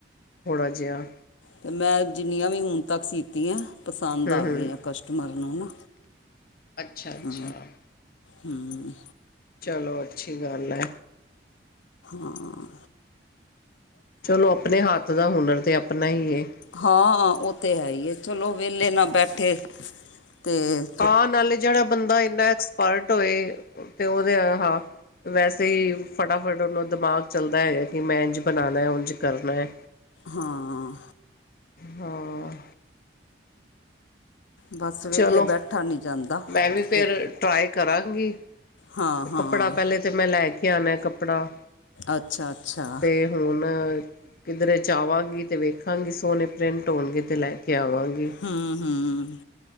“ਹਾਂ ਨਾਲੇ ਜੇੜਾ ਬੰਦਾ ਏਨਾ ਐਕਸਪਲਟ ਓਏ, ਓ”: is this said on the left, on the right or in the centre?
Left